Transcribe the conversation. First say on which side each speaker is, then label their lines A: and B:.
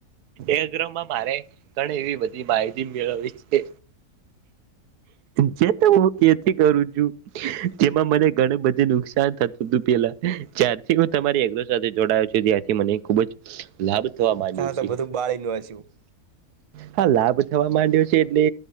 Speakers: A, on the right; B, on the right.
A: એ <unintelligible> માં મારે ઘણી એવી બધી માહિતી મેળવવી છે, જે ત હુ કેત <unintelligible> કરું છું જેમાં મને ઘણું બધું નુકસાન થતુતુ પેલા. જ્યારથી હું તમારી એગ્રો સાથે જોડાયો છું ત્યારથી મને ખુબ જ લાભ થવા માંડ્યું
B: તા તો
A: છે
B: બધું બાળી નું હસ્યું
A: હા, લાભ થવા માંડ્યો છે એટલે